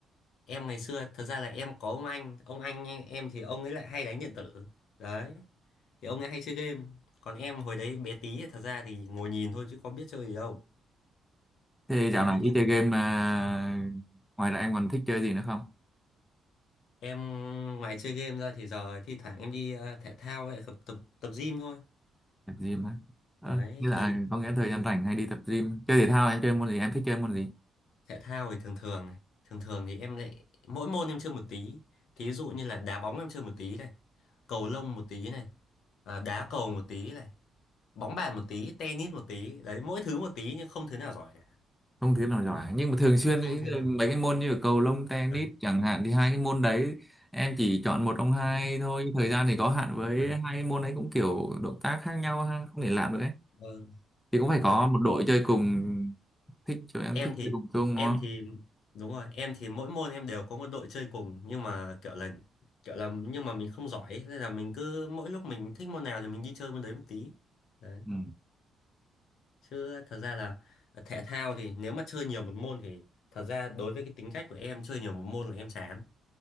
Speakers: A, on the left; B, in the centre.
A: em ngày xưa thật ra là em có ông anh ông anh em thì ông ấy lại hay đánh điện tử đấy thì ông ấy hay chơi game còn em hồi đấy bé tí thật ra thì ngồi nhìn thôi chứ có biết chơi gì đâu
B: thế
A: đấy
B: dạo này ít
A: thì
B: chơi game mà ngoài ra em còn thích chơi gì nữa không
A: Em ngoài chơi game ra thì giờ thi thoảng em đi ờ, thể thao vậy tập tập tập gym thôi.
B: tập gym á Ờ,
A: Đấy
B: như
A: thì,
B: là có nghĩa là thời
A: thì
B: gian rảnh hay đi tập gym chơi thể thao em chơi môn gì em thích chơi môn gì
A: thể thao thì thường thường này, thường thường thì em lại mỗi môn em chơi một tí. Thí dụ như là đá bóng em chơi một tí này, cầu lông một tí này, à, đá cầu một tí này, bóng bàn một tí, tennis một tí. Đấy, mỗi thứ một tí nhưng không thứ nào giỏi cả.
B: không thứ nào giỏi nhưng mà thường xuyên
A: Không
B: ý
A: thứ
B: là
A: nào.
B: mấy cái môn như là cầu lông tennis
A: Đấy,
B: chẳng hạn thì hai cái môn đấy em chỉ chọn một trong hai thôi nhưng thời gian thì có hạn với
A: đấy.
B: hai cái môn ấy cũng kiểu động tác khác nhau ha không thể làm được ấy
A: Vâng,
B: thì cũng phải có
A: đấy.
B: một đội chơi cùng thích chơi em
A: em
B: thích
A: thì
B: chơi cùng chung
A: em
B: đúng không
A: thì đúng rồi em thì mỗi môn em đều có một đội chơi cùng nhưng mà kiểu là kiểu là nhưng mà mình không giỏi ấy. nên là mình cứ mỗi lúc mình thích môn nào thì mình đi chơi môn đấy một tí đấy
B: ừ.
A: chứ thật ra là ờ, thể thao thì nếu mà chơi nhiều một môn thì thật ra đối với cái tính cách của em chơi nhiều một môn là em chán